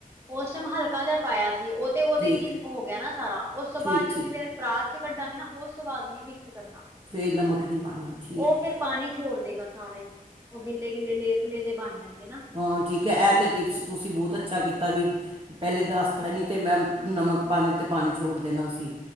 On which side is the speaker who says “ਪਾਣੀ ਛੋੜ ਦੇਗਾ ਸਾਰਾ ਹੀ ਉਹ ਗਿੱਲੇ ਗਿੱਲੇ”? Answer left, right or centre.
Right